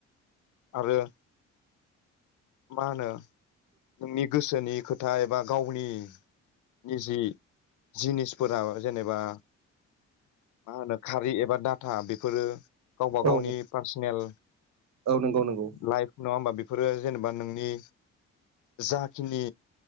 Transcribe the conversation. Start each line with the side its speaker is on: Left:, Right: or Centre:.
Left: आरो मा होनो नोंनि गोसोनि खोथा एबा गावनि निजि जिनिसफोरा जेनेबा मा होनो खारि एबा डाटा बेफोरो गावबा गावनि
Right: औ
Left: पार्सनेल
Right: औ नंगौ नंगौ
Left: लाइफ नङा होमबा बेफोरो जेनेबा नोंनि जाखिनि